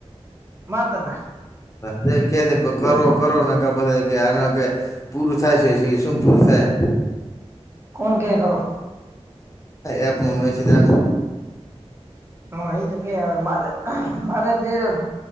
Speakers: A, on the right; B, on the left.
A: માતના.
B: હ એ કે કરો કરો ન પછ કે આના કે પૂરું થાય છે શું પૂરું થાય.
A: કોણ ક્યા કરો?
B: એ મમે સીધા
A: હ એ તો કે મારે મારે તે તેર એ